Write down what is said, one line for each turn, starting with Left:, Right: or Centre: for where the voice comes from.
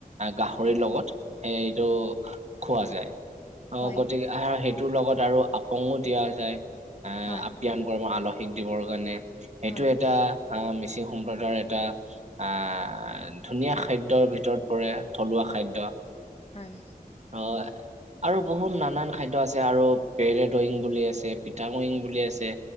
Right: গাহৰিৰ
Left: হয়
Right: লগত
Left: হয়
Right: সেটো খোৱা যায়
Left: হয়
Right: অহ
Left: হয়
Right: গতিকে আহ সেইটোৰ লগত আৰু আপং দিয়া যায়। এ
Left: হয়
Right: আপ্যাঙ গৰমত আলহীক দিবৰ কাৰণে সেইটো
Left: হয় হয়
Right: এটা আহ মিচিং সম্প্ৰদায়ৰ এটা আ ধুনীয়া খাদ্যৰ ভিতৰত পৰে থলুৱা খাদ্য।
Left: হয়।
Right: হয়। আৰু বহুত নানান খাদ্য আছে আৰু পেৰে দয়িং বুলি আছে পিঠাময়িং বুলি আছে।